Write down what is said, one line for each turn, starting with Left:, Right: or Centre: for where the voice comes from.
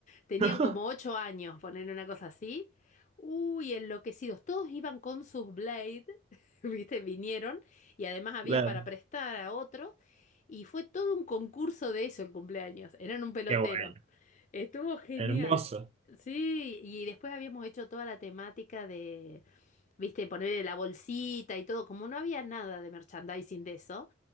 Left: Tenían
Right: <laughs>
Left: como ocho años, poner una cosa así. Uy, enloquecidos. Todos iban con sus Blade, <laughs> ¿viste? Vinieron y además había
Right: Claro.
Left: para prestar a otros. Y fue todo un concurso de eso el cumpleaños. Eran un pelotero.
Right: Qué bueno.
Left: Estuvo genial.
Right: Hermoso.
Left: Sí, y después habíamos hecho toda la temática de, viste, ponerle la bolsita y todo. Como no había nada de merchandising de eso,